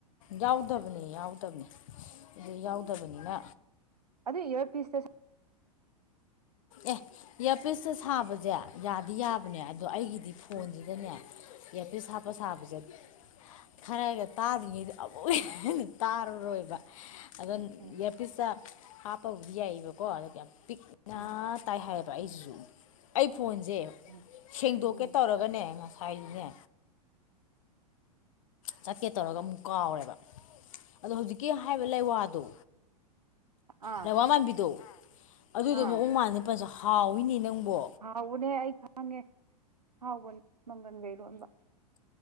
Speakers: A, on the left; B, on the right.
A: ꯌꯥꯎꯗꯕꯅꯦ ꯌꯥꯎꯗꯕꯅꯦ ꯑꯗꯨ ꯌꯥꯎꯗꯕꯅꯤꯅ
B: ꯑꯗꯨꯏ ꯏꯌꯥꯔꯄꯤꯁ
A: ꯑꯦ ꯏꯌꯥꯔꯄꯤꯁꯇ ꯁꯥꯕꯁꯦ ꯌꯥꯗꯤ ꯌꯥꯕꯅꯦ ꯑꯗꯣ ꯑꯩꯒꯤꯗꯤ ꯐꯣꯟꯁꯤꯗꯅꯦ
B: ꯎꯝ
A: ꯏꯌꯥꯔꯄꯤꯁ ꯍꯥꯞꯄ ꯁꯥꯕꯁꯦ ꯈꯔꯒ ꯇꯥꯗ꯭ꯔꯤꯉꯩꯗ ꯑꯃꯨꯛ ꯍꯦꯟꯅ ꯇꯥꯔꯔꯣꯏꯕ ꯑꯗꯣ
B: ꯎꯝ
A: ꯏꯌꯥꯔꯄꯤꯁꯇ ꯍꯥꯞꯄꯕꯨꯗꯤ ꯌꯥꯏꯌꯦꯕꯀꯣ <inaudible> ꯌꯥꯝ ꯄꯤꯛꯅ
B: ꯎꯝ
A: ꯇꯥꯏ ꯍꯥꯏꯌꯦꯕ ꯑꯩꯖꯤꯁꯨ ꯑꯩ ꯐꯣꯟꯁꯦ
B: ꯎꯝ
A: ꯁꯦꯡꯗꯣꯛꯀꯦ
B: ꯎꯝ
A: ꯇꯧꯔꯒꯅꯦ ꯉꯁꯥꯏꯗꯤꯅꯦ ꯆꯠꯀꯦ ꯇꯧꯔꯒ ꯑꯃꯨꯛ ꯀꯥꯎꯔꯦꯕ ꯑꯗꯣ ꯍꯧꯖꯤꯛꯀꯤ ꯍꯥꯏꯔꯤꯕ ꯂꯩꯋꯥꯗꯣ
B: ꯑꯥ
A: ꯂꯩꯋꯥ ꯃꯥꯟꯕꯤꯗꯣ ꯑꯗꯨꯗꯣ
B: ꯑꯥ
A: ꯃꯑꯣꯡ ꯃꯥꯟꯗ ꯐꯖ ꯍꯥꯎꯋꯤꯅꯦ ꯅꯪꯕꯣ
B: ꯍꯥꯎꯕꯅꯦ ꯑꯩ ꯈꯪꯉꯦ ꯍꯥꯎꯕꯅꯦ ꯃꯪꯒꯟꯒ ꯏꯔꯣꯟꯕ